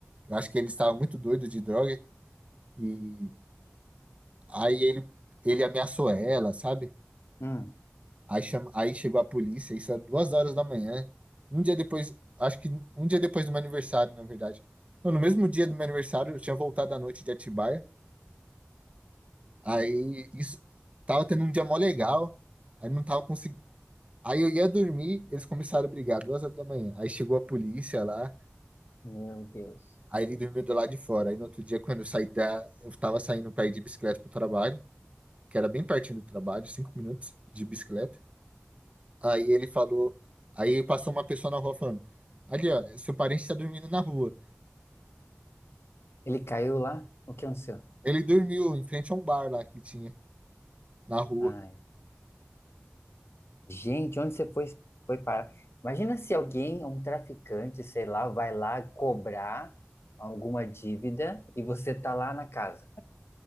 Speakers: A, on the right; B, on the left.
A: eu acho que ele estava muito doido de droga e aí ele ele ameaçou ela, sabe?
B: Hum.
A: Aí chama, aí chegou a polícia, isso era duas horas da manhã. Um dia depois, acho que um dia depois do meu aniversário, na verdade. Não, no mesmo dia do meu aniversário, eu tinha voltado à noite de Atibaia. Aí isso tava tendo um dia mó legal, aí não tava conseguindo Aí eu ia dormir, eles começaram a brigar, duas horas da manhã. Aí chegou a polícia lá,
B: Meu Deus.
A: aí ele dormiu do lado de fora. Aí no outro dia, quando eu saí da. Eu tava saindo pra ir de bicicleta pro trabalho, que era bem pertinho do trabalho, cinco minutos de bicicleta. Aí ele falou. Aí passou uma pessoa na rua falando: Ali, ó, seu parente tá dormindo na rua.
B: Ele caiu lá? O que aconteceu?
A: Ele dormiu em frente a um bar lá que tinha, na rua.
B: Ai. Gente, onde você foi, foi parar? Imagina se alguém, um traficante, sei lá, vai lá cobrar alguma dívida e você tá lá na casa.